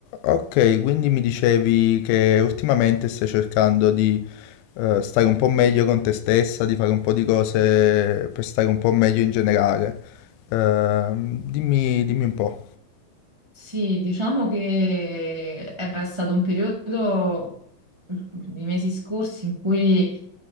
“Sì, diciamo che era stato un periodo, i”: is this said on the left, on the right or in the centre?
Right